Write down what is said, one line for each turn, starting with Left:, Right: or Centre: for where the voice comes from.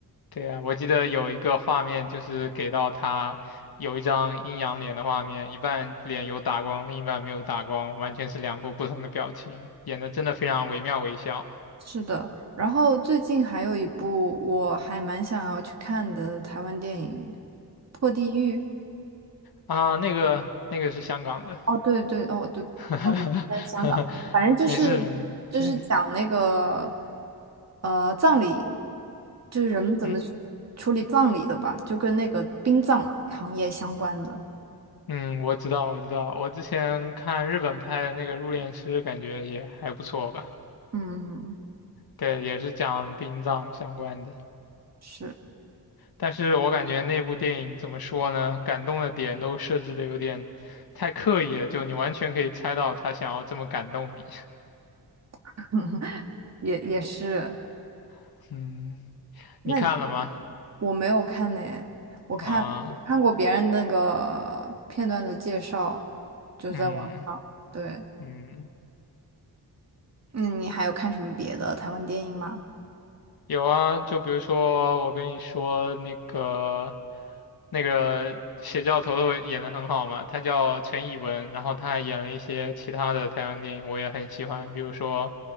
Left: 对啊，我记得有一个画面就是给到他有一张阴阳脸的画面，一半脸有打光，另一半没有打光，完全是两副不同的表情，演的真的非常惟妙惟肖
Right: 是的。然后最近还有一部我还蛮想要去看的台湾电影《破地狱》。
Left: 啊。那个那个是香港的，
Right: 哦，对对，哦对，
Left: <laughs>
Right: 不好意思在香港，反正就是就是讲那个
Left: 没事，没事，对，
Right: 呃葬礼，就是人们怎么去处理葬礼的吧，
Left: 嗯。
Right: 就跟那个殡葬行业相关的。
Left: 嗯，我知道，我知道，我之前看日本拍的那个《入殓师》，感觉也还不错吧。
Right: 嗯，
Left: 对，也是讲殡葬相关的。
Right: 是，
Left: 但是我感觉那部电影怎么说呢？感动的点都设置的有点太刻意了，就你完全可以猜到他想要这么感动你。
Right: <laughs> 也也是。
Left: <laughs> 嗯，
Right: 那你
Left: 你看了吗？
Right: 我没有看呢，我看看过别人那个片段的介绍，
Left: 啊，
Right: 就是在网上。
Left: 嗯
Right: 对，
Left: 嗯，
Right: 那你还有看什么别的台湾电影吗？
Left: 有啊。就比如说我跟你说那个那个邪教头头演的很好嘛，他叫陈以文，然后他还演了一些其他的台湾电影，我也很喜欢，比如说